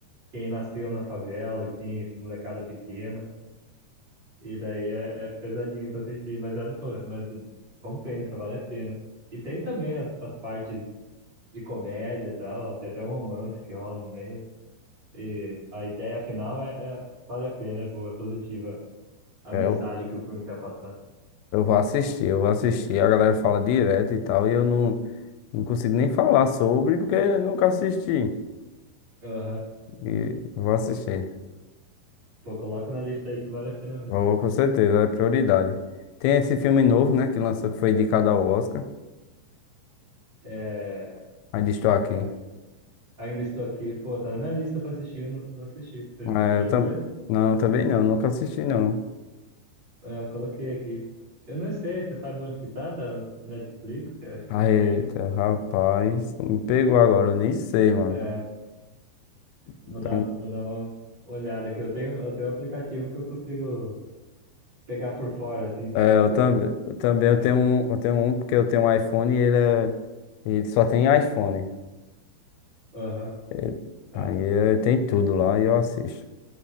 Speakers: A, on the right; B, on the left.
A: quem nasceu na favela, assim, molecada pequena. E daí é, é pesadinho pra assistir, mas, é, do- pô, mas compensa, vale a pena. E tem também as, as partes de comédia e tal, tem até um romance que rola no meio. E a ideia final é, é- vale a pena, é boa, é positiva a mensagem
B: É, Eu,
A: que o filme quer passar.
B: eu vou assistir, eu vou assistir. A galera fala direto e tal, e eu não, não consigo nem falar sobre porque eu nunca assisti.
A: Aham.
B: E vou assistir.
A: Pô, coloca na lista aí que vale a pena mesmo.
B: Vou, com certeza, é prioridade. Tem esse filme novo, né, que lançou, que foi indicado ao Oscar.
A: É,
B: Ainda estou aqui.
A: é, ainda estou aqui. Pô, tá na minha lista pra assistir, eu não, não assisti. Você,
B: É,
A: você já
B: eu tam...
A: viu esse?
B: Não, também não, nunca assisti não.
A: É, coloquei aqui. Eu não sei, você sabe onde que tá? Tá no Netflix? Eu acho que
B: Ah,
A: não tem,
B: Eita,
A: né?
B: rapaz, me pegou agora, eu nem sei, mano.
A: É, vou
B: Então,
A: dar, vou dar uma olhada aqui. Eu tenho, eu tenho um aplicativo que eu consigo pegar por fora, assim, sabe?
B: É,
A: Tipo,
B: eu também, eu também eu
A: né?
B: tenho um, eu tenho um porque eu tenho um iPhone e ele é, ele só tem iPhone.
A: Aham,
B: É, aí
A: ah,
B: é, tem tudo lá e eu assisto.